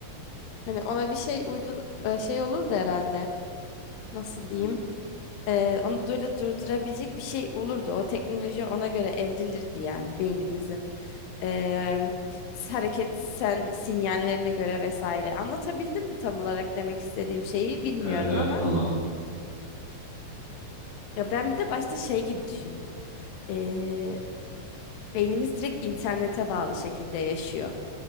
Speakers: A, on the left (about 85°); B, on the left (about 30°).
A: Hani ona bir şey uydu e, şey olurdu herhalde. Nasıl diyeyim? Ee, onu böyle durdurabilecek bir şey olurdu. O teknoloji ona göre evrilirdi yani beynimizin ee, hareket sen sinyallerine göre vesaire. Anlatabildim mi tam olarak demek istediğim şeyi bilmiyorum
B: Evet evet
A: ama
B: anladım.
A: ya ben bir de başta şey gibi düşündüm. Ee, beynimiz direkt internete bağlı şekilde yaşıyor.